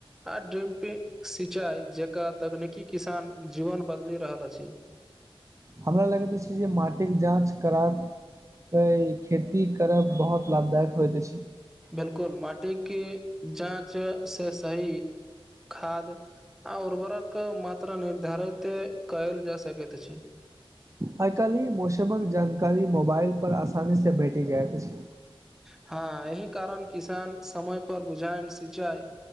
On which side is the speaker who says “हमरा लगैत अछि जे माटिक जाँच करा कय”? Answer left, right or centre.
Right